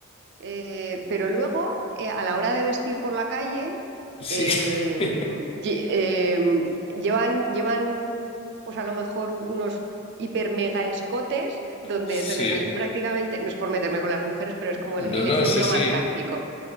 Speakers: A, on the right; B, on the left.
A: eh, pero luego eh, a la hora de vestir por la calle,
B: sí.
A: eh, lle-
B: <laughs>
A: eh, llevan, llevan, pues a lo mejor u- unos hiper mega escotes donde
B: Sí.
A: se les salen prácticamente, no es por meterme con las mujeres, pero es como
B: No,
A: el el
B: no,
A: ejemplo
B: sí, sí.
A: más gráfico